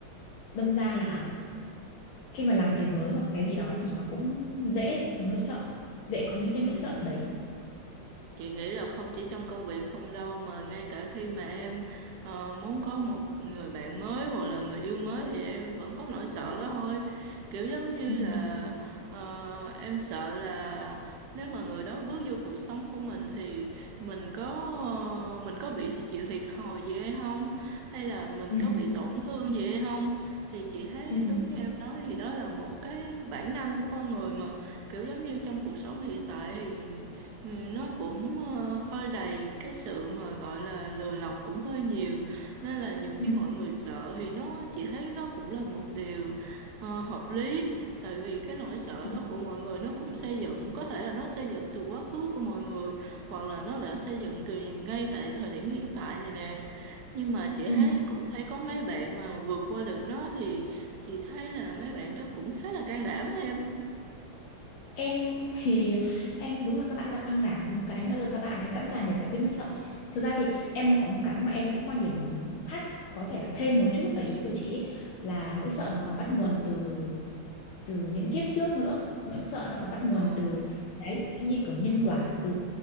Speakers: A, on the left (about 85°); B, on the right (about 65°).
A: đâm ra
B: Ừ.
A: là khi mà làm việc mới hoặc cái gì đó thì nó cũng dễ có nỗi sợ dễ có những cái nỗi
B: Ừ.
A: sợ đấy
B: Chị nghĩ là không chỉ trong công việc không đâu mà ngay cả khi mà em ờ, muốn có một người bạn mới hoặc là người yêu mới thì em vẫn có nỗi sợ đó thôi. Kiểu giống như
A: ừ
B: là ờ, em sợ là nếu mà người đó bước vô cuộc sống của mình thì mình có ờ, mình có bị chịu thiệt thòi gì hay không hay là mình
A: ừ
B: có bị tổn thương gì hay không thì chị thấy
A: ừ
B: đúng như em nói thì đó là một cái bản năng của con người mà kiểu giống như trong cuộc sống hiện tại thì Ừ, nó cũng ờ, hơi đầy cái sự mà gọi là lừa lọc cũng hơi nhiều nên là nhiều khi
A: ừ
B: mọi người sợ thì nó chỉ thấy nó cũng là một điều ờ, hợp lý tại vì cái nỗi sợ
A: ừ
B: đó của mọi người nó cũng xây dựng có thể là nó xây dựng từ quá khứ của mọi người hoặc là nó đã xây dựng từ ngay tại thời điểm hiện tại này nè nhưng mà chị
A: ừ.
B: thấy cũng thấy có mấy bạn mà vượt qua được nó thì chị thấy là mấy bạn đó cũng khá là can đảm em
A: em <laughs> thì em đúng là các bạn là can đảm với một cái nữa là các bạn ấy sẵn sàng để giải quyết nỗi sợ thực ra thì em có một cái mà em cũng quan điểm khác có thể là thêm một chút vào ý của chị ấy, là nỗi sợ nó còn bắt nguồn từ từ những kiếp trước nữa nỗi sợ nó còn bắt nguồn
B: Ờ,
A: từ cái như kiểu nhân quả từ